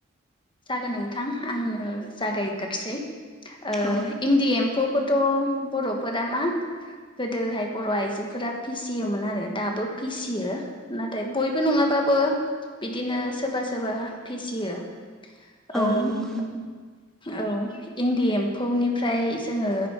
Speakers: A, on the left; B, in the centre.
A: जागोन नोंथां आंनो जागायग्रोसै ओ
B: औ
A: इन्दि एम फौखौथ बर फोरा मा? गोदोहाय बर आइजोफोरा फिसियोमोन आरो दाबो फिसियो। नाथाय बयबो नङाबाबो बिदिनो सोरबा सोरबा फिसियो
B: औ
A: ओ
B: नंगौ नोंथां।
A: औ इन्दि एम्फौनिफ्राय जोङो